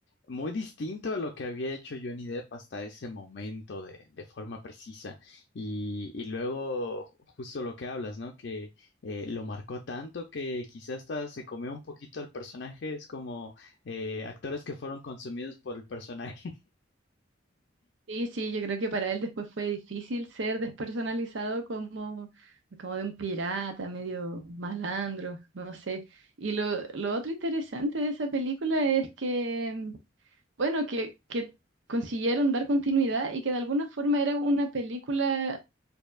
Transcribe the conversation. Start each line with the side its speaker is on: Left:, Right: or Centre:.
Left: muy distinto a lo que había hecho Johnny Depp hasta ese momento de, de forma precisa. Y, y luego, justo lo que hablas, ¿no? Que eh, lo marcó tanto que quizás hasta se comió un poquito al personaje, es como eh, actores que fueron consumidos por el personaje
Right: sí, sí, yo creo que para él después fue difícil ser despersonalizado como, como de un pirata, medio malandro, no sé. Y lo, lo otro interesante de esa película es que, mm, bueno, que, que consiguieron dar continuidad y que de alguna forma era una película